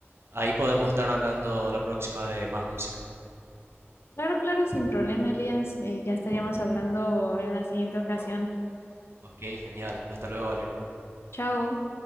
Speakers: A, on the right; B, on the left.
A: Ahí podemos estar hablando la próxima de más música.
B: Claro, claro, sin problema, Elías. Eh, ya estaríamos hablando en la siguiente ocasión.
A: Ok, genial. Hasta luego, Valeria.
B: Chao.